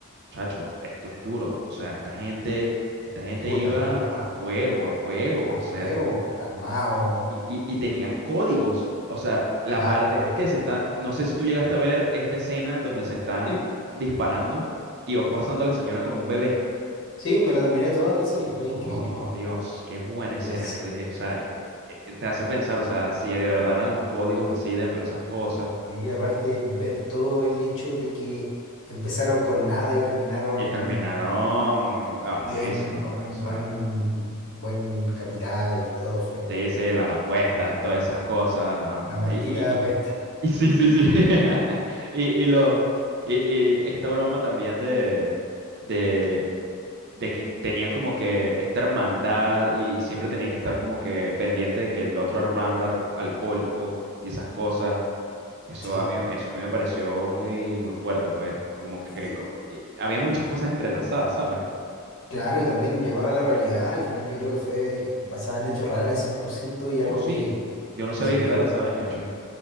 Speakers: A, on the right; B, on the left.
A: chacho, esto es duro. O sea, esta gente, esta
B: Es
A: gente
B: dura,
A: iba
B: dura.
A: a fuego, a fuego.
B: A
A: O
B: fuego,
A: sea...
B: armado,
A: Y, y- y tenían códigos. O sea, la
B: carácter.
A: parte que se está. No sé si tú llegaste a ver esta escena donde se están
B: Sí,
A: disparando y va pasando la señora con un bebé.
B: sí, me la terminé toda la serie, fue
A: Oh,
B: increíble.
A: Dios, qué buena escena.
B: Dios.
A: Yo dije, o sea, es- eh, eh, te hace pensar, o sea, si de verdad eran los códigos así dentro de esas cosas.
B: Y aparte, ver todo el hecho de que empezaron con nada y terminaron
A: Y terminaron arribísimo,
B: Bien, con
A: pues,
B: un
A: o sea.
B: buen, buen capital, todo fue
A: Sí, sí, las apuestas,
B: increíble.
A: todas esas cosas. No, no,
B: La
A: no.
B: maldita
A: Y, y- y-
B: apuesta.
A: y- <laughs> y sí, sí, sí. <laughs> Y, y lo. Y, y esta broma también de, de, de que tenía como que esta hermandad y siempre tenía que estar como que pendiente de que el otro hermano era alco- alcohólico y esas cosas. Eso
B: Sí.
A: a mí, eso a mí me pareció muy, muy fuerte, pues. Como que,
B: Y-
A: co- y había muchas cosas entrelazadas, ¿sabes?
B: claro, y también llevaba la realidad. Al final yo creo que fue basada en hechos reales 100% y
A: Oh,
B: algo
A: sí.
B: que,
A: Yo no sabía
B: que se vivió.
A: que era basado en hechos.